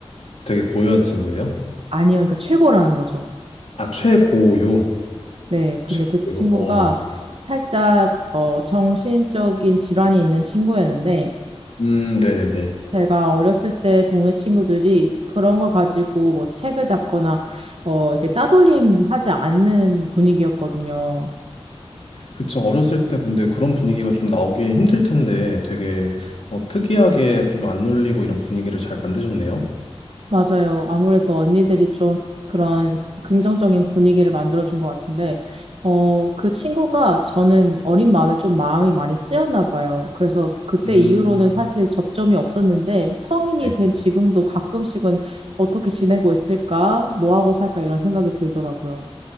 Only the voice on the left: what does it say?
되게 고요한 친구예요?
아, 최고요.
최고요.
어.
음, 네네네.
그쵸. 어렸을 때 근데 그런 분위기가 좀 나오기 힘들 텐데 되게 어, 특이하게 좀 안 놀리고 이런 분위기를 잘 만드셨네요.
음,
네,